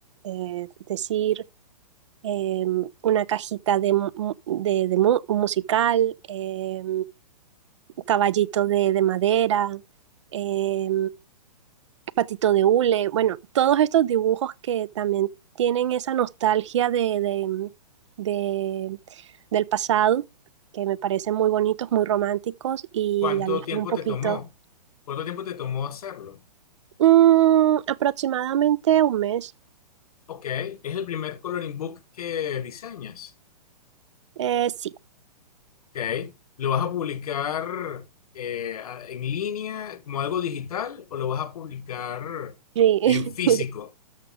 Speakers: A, on the right (about 45°); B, on the left (about 60°).
A: Eh, es decir, eh, una cajita de, de- de mu- musical, eh, caballito de, de madera, eh, patito de hule, bueno, todos estos dibujos que también tienen esa nostalgia de, de- de- del pasado, que me parecen muy bonitos, muy románticos y
B: ¿Cuánto
A: alejan
B: tiempo
A: un poquito,
B: te tomó? ¿Cuánto tiempo te tomó hacerlo?
A: mm, aproximadamente un mes.
B: Ok, es el primer coloring book que diseñas.
A: Eh, sí,
B: Ok. ¿Lo vas a publicar eh, a- en línea como algo digital o lo vas a publicar
A: sí.
B: en físico?
A: <laughs>